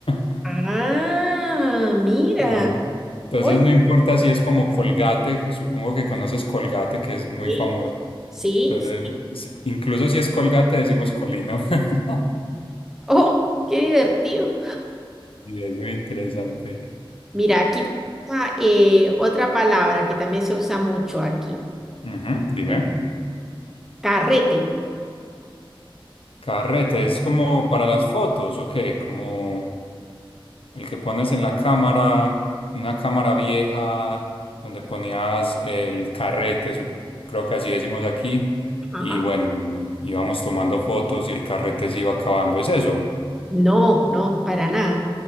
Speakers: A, on the left (about 75°); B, in the centre.
A: <laughs>
B: Ah, mira.
A: Ajá. Entonces
B: Oye,
A: no importa si es como Colgate, que supongo que conoces Colgate, que es muy
B: sí,
A: famoso.
B: sí.
A: Entonces,
B: sí.
A: si- incluso si es Colgate, decimos colino. <laughs>
B: Oh, qué divertido.
A: Y es muy interesante.
B: Mira, aquí tengo eh, otra palabra que también se usa mucho aquí.
A: Ujú, Dime.
B: eh, Carrete.
A: Carrete, ¿es como para las fotos o Como el que pones en la cámara, una cámara vieja donde ponías el carrete, sup- creo que así decimos aquí,
B: Ajá.
A: y bueno, íbamos tomando fotos y el carrete se iba acabando, ¿es eso?
B: No, no, para nada.